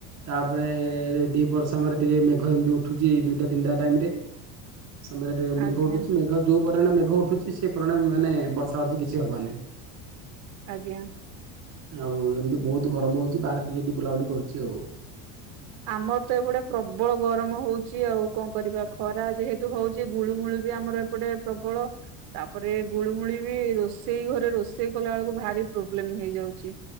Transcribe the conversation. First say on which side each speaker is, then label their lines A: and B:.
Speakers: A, on the right; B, on the right.
A: ତାପରେ ଦି ପହର ସମୟରେ ଟିକେ ମେଘ ଏମିତି ଉଠୁଛି ଦୁଇଟା, ତିନିଟା ଟାଇମ ରେ। ସମୟରେ ଟିକେ ମେଘ
B: ଆଜ୍ଞା
A: ଉଠୁଛି ମେଘ ଯୋଉ ପରିମାଣରେ ମେଘ ଉଠୁଛି ସେଇ ପରିମାଣରେ ମାନେ ବର୍ଷା ବର୍ଷି କିଛି ହବ ନାହିଁ।
B: ଆଜ୍ଞା।
A: ଆଉ ଏମିତି ବହୁତ ଗରମ ହଉଛି ବାହାରେ ଟିକେ ଟି ବୁଲାବୁଲି କରୁଛି ଆଉ।
B: ଆମର ତ ଏପଟେ ପ୍ରବଳ ଗରମ ହଉଛି ଆଉ କଣ କରିବା ଖରା ଯେହେତୁ ହଉଛି ଗୁଳୁମୁଳୁ ବି ଆମର ଏପଟେ ପ୍ରବଳ ତାପରେ ଗୁଳୁମୁଳି ବି ରୋଷେଇ ଘରେ ରୋ ସେଇ କଳା ବେଳକୁ ଭାରି ପ୍ରୋବ୍ଲେମ ହେଇଯାଉଚି